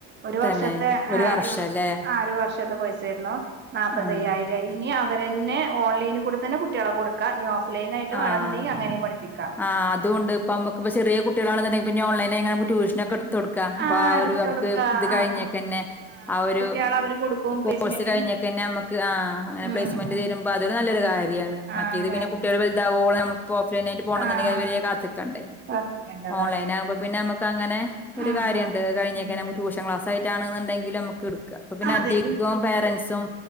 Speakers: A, on the right (about 30°); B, in the centre.
A: ഒരു വർഷത്തെ
B: തന്നെ
A: ആ
B: വർഷല്ലേ
A: ഒരു ആ ഒരു വർഷത്തെ കോഴ്സ് ഏരുന്നു. നാപ്പത്തയ്യായിരം
B: ആഹ്
A: ഇനി അവരന്നെ ഓൺലൈനൽക്കൂടെ തന്നെ കുട്ട്യേളെ കൊടു ക്ക ഓഫലൈനായിട്ട്
B: ആഹ്
A: വേണെന്ന്ണ്ടെങ്കി അങ്ങനിം പഠപ്പിക്കാ
B: ആഹ് അതൂണ്ട്. ഇപ്പ നമുക്ക് ഇപ്പ ചെറ്യേ കുട്ട്യേളാണ്ന്ന്ണ്ടെങ്കി ഇനിപ്പ ഓൺലൈനായികാണ്ട് അമ്മക്ക് റ്റൂ നക്കെട്ത്തൊട്ക്ക.
A: ആഹ്
B: ആ
A: എടുത്ത്
B: ഒരു നമുക്ക്
A: കൊടുക്കാ
B: ഇത് കഴിഞ്ഞേക്കന്നെ
A: ആഹ് ആഹ് അതെ
B: ആ ഒരു
A: കുട്ടികളെ അവര് കൊടുക്കും പ്ലേസ്മെന്റ്
B: കോഴ്സ് കഴിഞ്ഞേക്കെന്നെ
A: ഉണ്ട്
B: അമ്മക്ക് ആ അങ്ങനെ
A: ഉം
B: പ്ലേസ്മെന്റ്
A: ഉം
B: തരുമ്പൊ അതൊരു നല്ലൊരു
A: ഉം
B: കാര്യാണ്. മറ്റേത്
A: ആഹ് കാര്യം
B: പിന്നെ കുട്ട്യെൾ ഇതാവോള നമ്മുക്ക് ഇപ്പ ഓഫ്ലൈനായിട്ട് പോണന്ന്ണ്ടെങ്കി
A: ആഹ്
B: അത് വരെ കാത്ത്ക്കണ്ടെ.
A: ക്ലാസിക്കലിന്റെ അതാണ്
B: ഓൺലൈൻ ആകുമ്പപിന്നമ്മക്ക് ക്കങ്ങനെ ഒരു
A: ആഹ്
B: കാര്യണ്ട്.
A: ആഹ്
B: അത് കഴിഞ്ഞേക്കെന്നെ
A: ഉം
B: നമ്മക് ടൂഷൻ ക്ലാസ്സയിട്ടായിട്ടാണ്ന്ന്ണ്ടെങ്കില് നമുക്ക് ഇടുക്കാ പിന്നെ
A: അതെ
B: അധികും പേരൻറ്സും